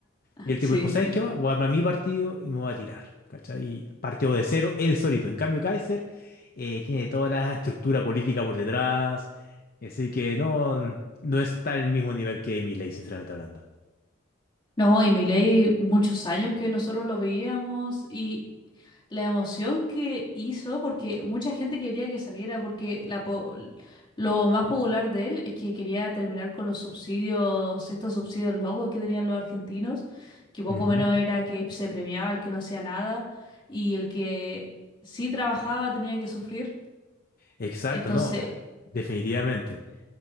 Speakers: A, on the left; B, on the left.
A: Y el
B: Sí.
A: tipo dijo, ¿sabes qué más? Voy a armar mi partido y me voy a tirar, ¿cachai? Y partió de cero él solito. En cambio, Kaiser eh, tiene toda la estructura política por detrás, así que no, no está al mismo nivel que Milei, sinceramente hablando.
B: No, y Milei, muchos años que nosotros lo veíamos y la emoción que hizo, porque mucha gente quería que saliera, porque la po- lo más popular de él es que quería terminar con los subsidios, estos subsidios locos que tenían los argentinos, que poco
A: Ujú.
B: menos era que se premiaba el que no hacía nada y el que sí trabajaba tenía que sufrir.
A: Exacto,
B: Entonces,
A: no, definitivamente.